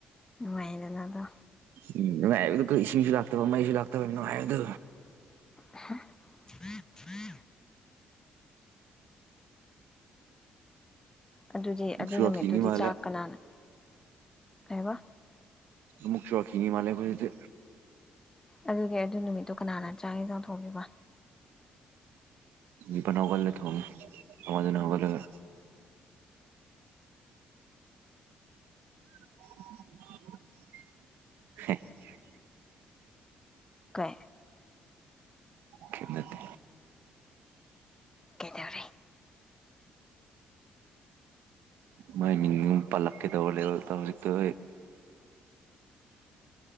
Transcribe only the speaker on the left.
ꯅꯨꯡꯉꯥꯏꯅ ꯑꯗꯣ
ꯊꯔꯤ ꯊꯔꯤ ꯑꯗꯨꯗꯤ
ꯑꯗꯨ ꯅꯨꯃꯤꯠꯇꯨꯗꯤ
ꯆꯥꯛ ꯀꯅꯥꯅ ꯍꯥꯏꯕ
ꯑꯗꯨꯗꯤ ꯑꯗꯨ ꯅꯨꯃꯤꯠꯇꯣ ꯀꯅꯥꯅ ꯆꯥꯡꯌꯦꯟ ꯆꯪꯊꯣꯛꯄꯤꯕ
ꯀ
ꯀꯦꯗꯔꯔꯤ